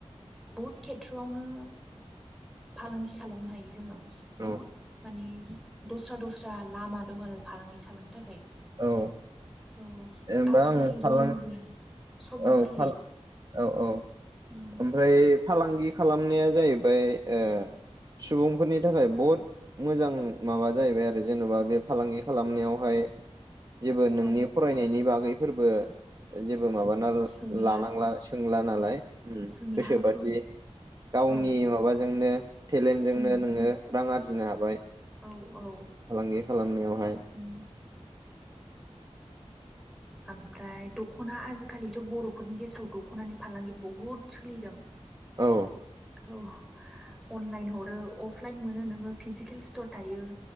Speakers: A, in the centre; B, on the right (about 35°).
A: बहुद खेथ्रआवनो फालांगि खालामनो हायो जोङो ।
B: औ
A: बहुद माने दस्रा दस्रा लामा दं आरो फालांगि खालामनो थाखाय।
B: औ
A: औ।
B: जेनेबा
A: आजिखालि
B: आं फालां
A: रोङोब्ला सब
B: औ
A: गोरलै
B: फाल औ औ
A: उम
B: ओमफ्राय फालांगि खालाम खामनाया जाहैबाय ओ सुबुंफोरनि थाखाय बहुद मोजां माबा जाहैबाय आरो जेन'बा बे फालांगि खालामनायावहाय जेबो नोंनि
A: औ
B: फरायनायनि बागै फोरबो जेब बो माबाना
A: सोंला
B: लानांला सोंला नालाय
A: औ सोंला
B: गोसोबादि
A: औ
B: गावनि
A: औ
B: माबाजोंनो टेलेन्टजोंनो
A: उम
B: नोङो रां आरजिनो हाबाय फालांगि
A: औ औ
B: खालामनायावहाय ।
A: उम ओमफ्राय दख'ना आजिखालिथ' बर'फोरनि गेजेराव दख'नानि फालांगि बहुद सोलिदों।
B: औ
A: औ। अनलाइन हरो अफलाइन मोनो नोङो फिजिकेल स्टर थायो।